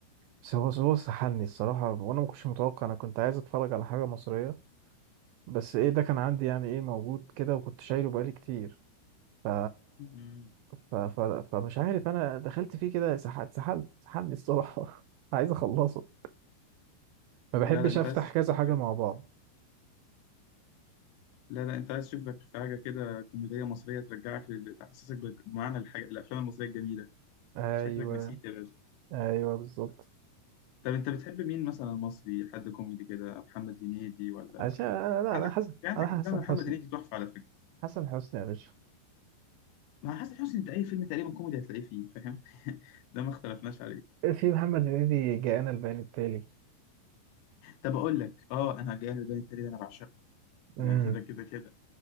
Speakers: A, on the right; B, on the left.
A: بس هو هو سحلني الصراحة وأنا ما كنتش متوقع أنا كنت عايز أتفرج على حاجة مصرية بس إيه ده كان عندي يعني إيه موجود كده وكنت شايله بقالي كتير ف...
B: مم.
A: ف... ف... فمش عارف أنا دخلت فيه كده سحلت سحلت سحلني الصراحة <laughs> عايز أخلصه ما بحبش
B: لا لا انت
A: أفتح
B: عايز تشوف
A: كذا
B: لك
A: حاجة مع بعض
B: لا لا انت عايز تشوف لك في حاجه كده كوميديه مصريه ترجعك لل- تحسسك بمعنى الحاجة الافلام المصريه الجميله
A: أيوه
B: شكلك نسيت يا باشا
A: أيوه بالظبط
B: طب انت بتحب مين مثلا مصري حد كوميدي كده محمد هنيدي ولا
A: عشان أنا لا
B: عندك
A: أنا حسن
B: في عندك
A: أنا حسن
B: افلام محمد
A: حسني
B: هنيدي تحفه على فكره
A: حسن حسني يا باشا
B: مع حسن حسني انت اي فيلم تقريبا كوميدي هتلاقيه فيه فاهم <laughs> ده ما اختلفناش عليه
A: في محمد هنيدي جاءنا البيان التالي
B: طب اقول لك اه انا جاي البيان التالي ده انا بعشقه ده
A: امم
B: ده كده كده